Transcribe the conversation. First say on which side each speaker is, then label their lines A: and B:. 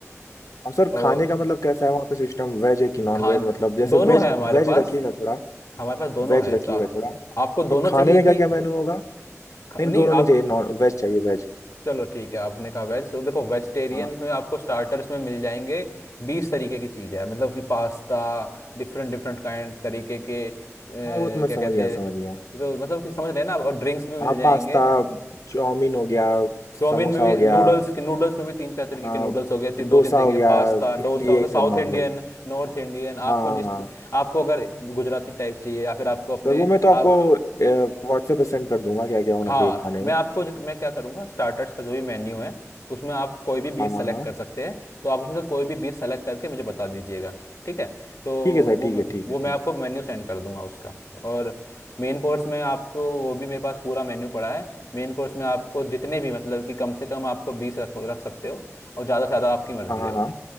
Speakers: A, on the left (about 90°); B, on the left (about 70°).
A: और सर
B: और
A: खाने का मतलब कैसा है वहाँ पे सिस्टम वेज है कि नॉन
B: खान
A: वेज मतलब जैसे
B: दोनों
A: वेज
B: है हमारे
A: वेज
B: पास
A: रखिएगा थोड़ा
B: हमारे पास दोनों
A: वेज
B: है
A: रखिएगा
B: तो
A: थोड़ा
B: आपको दोनों
A: और खाने
B: चाहिए
A: में
B: कि
A: क्या क्या मेन्यू होगा
B: ख-
A: नहीं
B: नहीं
A: दोनों नहीं
B: आप
A: चाहिए नॉन वेज चाहिए वेज
B: चलो ठीक है आपने कहा वेज तो देखो वेजिटेरियंस
A: हाँ।
B: में आपको स्टार्टर्स में मिल जाएंगे बीस तरीके की चीज़ है मतलब कि पास्ता डिफरेंट डिफरेंट काइंड तरीके के अ, क्या
A: हाँ वो तो मैं समझ
B: कहते
A: गया
B: हैं
A: समझ गया
B: तो मतलब कि समझ रहे हैं ना आप? और ड्रिंक्स भी मिल
A: हाँ
B: जाएंगे
A: पास्ता चाउमीन हो गया
B: चाउमीन
A: समोसा
B: में भी
A: हो गया
B: नूडल्स के नूडल्स में भी तीन चार तरीके
A: हाँ
B: के नूडल्स हो गए ती-
A: डोसा
B: दो तीन तरीके
A: हो
B: के
A: गया
B: पास्ता
A: इडली
B: डोसा
A: यही
B: मतलब साउथ
A: सब नॉर्मल
B: इंडियन नॉर्थ इंडियन
A: हाँ
B: आपको
A: हाँ
B: जिस
A: हाँ
B: आपको अगर गुजराती टाइप चाहिए या फिर आपको अपने
A: सर वो मैं तो आपको
B: आप
A: व्हाट्सएप पे सेंड कर दूंगा क्या क्या होना
B: हाँ
A: चाहिए खाने
B: मैं
A: में
B: आपको जो मैं क्या करूँगा स्टार्टर्स का जो भी मेन्यू है उसमें आप कोई भी बीस
A: हाँ हाँ
B: सेलेक्ट
A: हाँ
B: कर सकते हैं तो आप उसमें से कोई भी बीस सेलेक्ट करके मुझे बता दीजिएगा ठीक है तो
A: ठीक है सर
B: वो
A: ठीक
B: मैं-
A: है ठीक
B: वो
A: है
B: मैं
A: ठीक
B: आपको मेन्यू सेंड कर दूंगा उसका और मेन कोर्स में आपको वो भी मेरे पास पूरा मेन्यू पड़ा है मेन कोर्स में आपको जितने भी मतलब कि कम से कम आपको बीस रख रख सकते हो और ज़्यादा से ज़्यादा आपकी मर्ज़ी
A: हाँ हाँ
B: है वो
A: हाँ